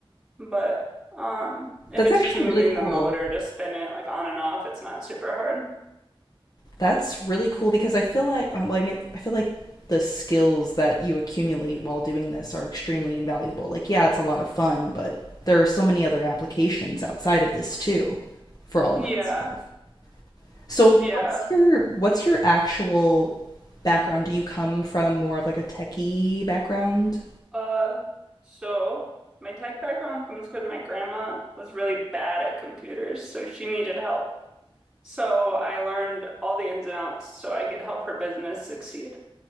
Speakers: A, in the centre; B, on the left (about 40°).
A: But um, if
B: That's
A: it's
B: actually
A: just moving
B: really cool.
A: the motor to spin it like on and off, it's not super hard.
B: That's really cool because I feel like um, well, I mean I feel like the skills that you accumulate while doing this are extremely invaluable. Like yeah, it's a lot of fun, but there are so many other applications outside of this too for all
A: Yeah,
B: of that stuff. So
A: yeah.
B: what's your what's your actual background? Do you come from more of like a techie background?
A: Uh, so my tech background comes because my grandma was really bad at computers, so she needed help. So I learned all the ins and outs so I could help her business succeed,